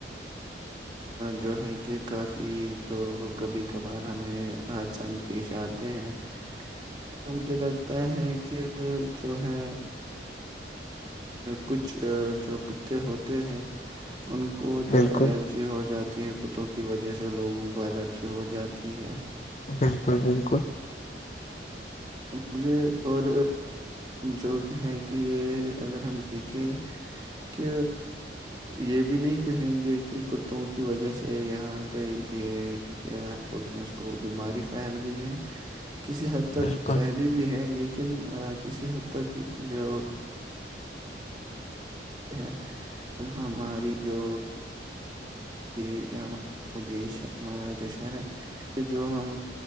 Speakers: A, on the right; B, on the left.
A: جو ہے کہ کافی جو کبھی کبھار ہمیں ان سان پیش آتے ہیں تو مجھے لگتا ہے کہ جو ہے کچھ جو کتے ہوتے ہیں ان کو جو
B: بالکل
A: الرجی الرجی ہو جاتی ہے کتوں کی وجہ سے لوگوں کو الرجی ہو جاتی ہے
B: بالکل بالکل
A: مجھے اور جو کہ ہے کہ یہ اگر ہم دیکھیں کہ یہ بھی نہیں کہیں گے کہ کتوں کی وجہ سے یہاں پہ یہ کیا بولتے ہیں اس کو بیماری پھیل گئی ہے کسی حد تک
B: بالکل
A: پھیلی بھی ہے لیکن کسی حد تک جو ہے تو ہماری جو دی دیش ہے ہمارا جو شہر ہے جو ہم